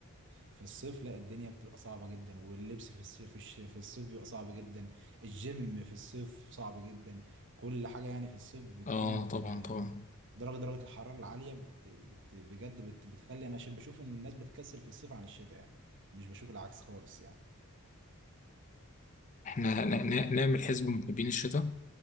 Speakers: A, on the right; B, on the left.
A: في الصيف لا الدنيا بتبقى صعبه جدا واللبس في الصيف في الش- في الصيف بيبقى صعب جدا الجيم في الصيف صعب جدا كل حاجه يعني في الصيف بتكون
B: اه طبعا
A: آه،
B: طبعا
A: درجة درجة الحرارة العالية بت بت بجد بت بتخلي أنا ش- بشوف إن الناس بتكسل في الصيف عن الشتاء يعني مش بشوف العكس خالص يعني
B: احنا ن- ن- نعمل حزب محبين الشتاء